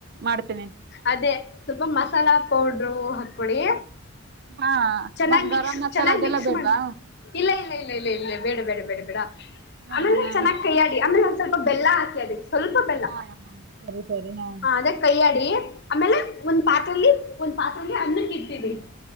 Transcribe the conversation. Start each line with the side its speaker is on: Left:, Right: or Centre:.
Right: ಮಾಡ್ತೀನಿ
Left: ಅದೇ ಸ್ವಲ್ಪ ಮಸಾಲಾ ಪೌಡ್ರು ಹಾಕ್ಕೊಡಿ
Right: ಹಾ
Left: ಚೆನ್ನಾಗಿ
Right: ಮತ್
Left: ಮಿಕ್ಸ್
Right: ಗರಂ ಮಸಾಲ
Left: ಚೆನ್ನಾಗಿ
Right: ಅದೆಲ್ಲ
Left: ಮಿಕ್ಸ್
Right: ಬೇಡ್ವಾ
Left: ಮಾಡಿ ಇಲ್ಲ ಇಲ್ಲ ಇಲ್ಲ ಇಲ್ಲ ಇಲ್ಲ ಬೇಡ ಬೇಡ ಬೇಡ ಬೇಡ
Right: ಹಾ
Left: ಆಮೇಲೆ
Right: ಹಾ
Left: ಚನ್ನಾಗ್ ಕೈಯ್ಯಾಡಿ ಆಮೇಲೆ ಒಂದ್ ಸ್ವಲ್ಪ ಬೆಲ್ಲ ಹಾಕಿ ಅದಕ್ಕೆ ಸ್ವಲ್ಪ ಬೆಲ್ಲ
Right: ಹಾ ಹಾ ಸರಿ ಸರಿ ಹಾ
Left: ಹ ಅದೇ ಕೈಯ್ಯಾಡಿ ಆಮೇಲೆ ಒಂದ್ ಪಾತ್ರೆಯಲ್ಲಿ ಒಂದ್ ಪಾತ್ರೆಯಲ್ಲಿ ಅನ್ನಕ್ಕೆ ಇಡ್ತೀರಿ